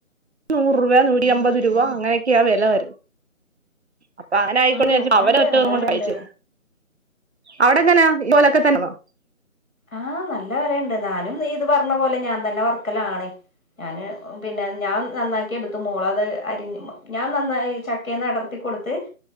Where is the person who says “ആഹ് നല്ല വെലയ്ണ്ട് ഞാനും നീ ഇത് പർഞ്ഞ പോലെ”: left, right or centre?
Left